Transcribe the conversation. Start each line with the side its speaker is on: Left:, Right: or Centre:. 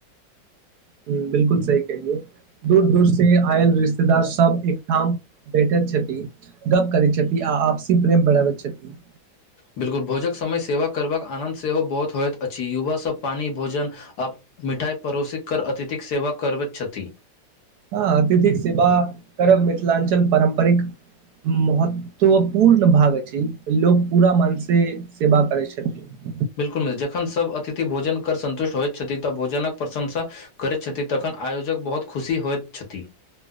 Right: हु बिल्कुल सी कहिलियौ दूर दूर से आयल रिश्तेदार सब एकठाम बैठल छथिन गप करै छथिन आ आपसी प्रेम बढ़ाबैत छथिन
Left: बिल्कुल भोजक समय सेवा करबाक आनन्द सेहो बहुत होइत अछि युवा सभ पानी भोजन आ मिठाइ पड़ोसीक कर अतिथिक सेवा करबैत छथि
Right: हँ अतिथिक सेवा करब मिथिलांचल पारम्परिक महत्व तऽ ओ पूर्ण भाग छै लोकोग पूरा मन से सेवा करै छथिन
Left: बिल्कुल मित्र जखन सभ अतिथि भोजन कर सन्तुष्ट होइत छथिन तऽ भोजनक प्रशंसा करैत छैथ तखन आयोजक बहुत खुश होइत छथि